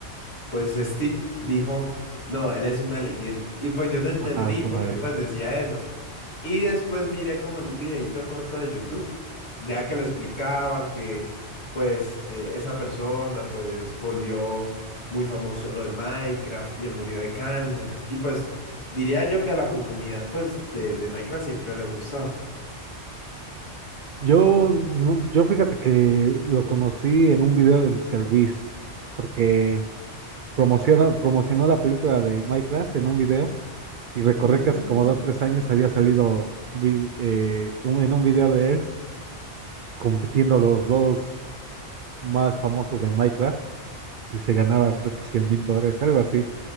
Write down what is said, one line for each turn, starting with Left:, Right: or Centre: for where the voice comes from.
Left: pues Steve dijo, no, él es una leyenda. Y pues yo no entendí
Right: Ajá, es
Left: por
Right: una
Left: qué
Right: ley.
Left: pues decía eso. Y después miré como en un videíto corto de YouTube, ya que lo explicaban que pues eh, esa persona pues volvió muy famoso lo de Minecraft y él murió de cáncer. Y pues diría yo que a la comunidad pues de, de Minecraft siempre le gustó.
Right: Yo, no, yo fíjate que lo conocí en un video de mister Beast porque promociona, promocionó la película de Minecraft en un video. Y recordé
Left: Mm,
Right: que hace como dos, tres años había salido vi- eh, un- en un video de él compitiendo los dos más famosos de Minecraft y se ganaba creo que 100 mil dólares, algo así.